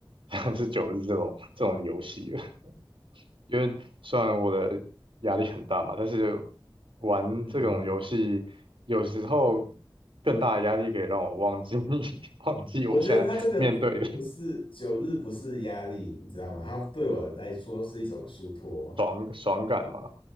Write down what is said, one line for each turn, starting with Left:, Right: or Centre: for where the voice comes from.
Right: <laughs> 像是九日这种这种游戏了。因为虽然我的压力很大嘛，但是玩这种游戏有时候
Left: 嗯。
Right: 更大的压力可以让我忘记 <laughs> 忘记我现在面对的
Left: 我觉得他这个不是九日，不是压力，你知道吗？他对我来说是一种疏脱，
Right: 爽爽感嘛。